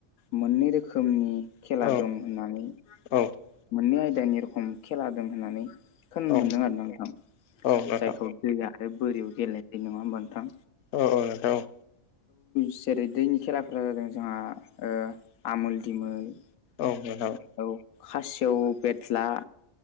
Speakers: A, on the left (about 80°); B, on the left (about 60°).
A: मोननै रोखोमनि खेला
B: औ
A: दं होननानै
B: औ
A: मोननै आयदानि रोखम खेला दं होननानै खोनानो
B: औ
A: मोन्दों आर ना नोंथां
B: औ नोंथां
A: जायखौ दैयाहाय बोरियाव गेलेनायस नङा होमबा नोंथां।
B: औ औ नोंथां औ
A: जेरै दैनि खेलाफोरा जादों जोंहा आमुल दिमोल
B: औ नोंथां।
A: औ खासेव बेथला